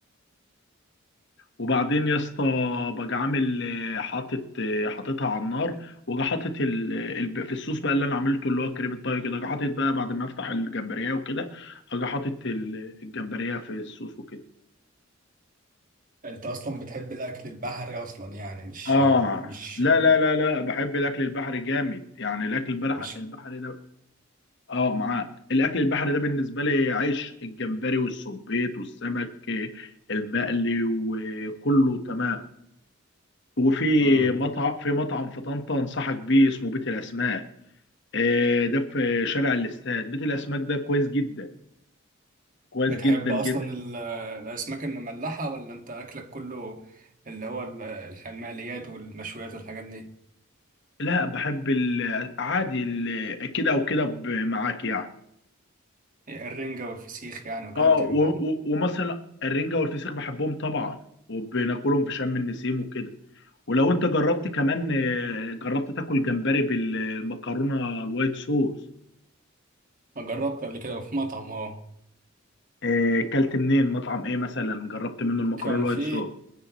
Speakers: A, on the left; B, on the right.
A: وبعدين يا اسطى باجي عامل آه، حاطط آه، حاططها على النار واجي حاطط ال- ال- في الصوص بقى اللي انا عملته اللي هو كريمه طهي كده اجي حاطط بقى بعد ما افتح الجمبريه وكده اجي حاطط ال- الجمبريه في الصوص وكده
B: انت اصلا بتحب الاكل البحري اصلا يعني مش
A: اه
B: مش
A: لا لا لا لا بحب الاكل البحري جامد يعني الاكل البحري
B: مش
A: البحري ده اه معاك الاكل البحري ده بالنسبه لي عيش الجمبري والسبيط والسمك المقلي وكله تمام وفي
B: مم.
A: مطعم في مطعم في طنطا انصحك بيه اسمه بيت الاسماك آه، ده في شارع الاستاد بيت الاسماك ده كويس جدا كويس
B: بتحب
A: جدا
B: اصلا
A: جدا
B: ال- الاسماك المملحة ولا انت اكلك كله اللي هو ال- المقليات والمشويات والحاجات دي
A: لا بحب ال- عادي ال- كده او كده ب- معاك يعني
B: الرنجة والفسيخ يعني وكده
A: اه
B: بتحبهم
A: و... و... ومثلا الرنجة والفسيخ بحبهم طبعا وبناكلهم في شم النسيم وكده ولو انت جربت كمان آه، جربت تاكل جمبري بالمكرونة الوايت صوص
B: جربت قبل كده في مطعم اه
A: آه، كلت منين مطعم ايه مثلا جربت منه المكرونة
B: كان
A: الوايت
B: في
A: صوص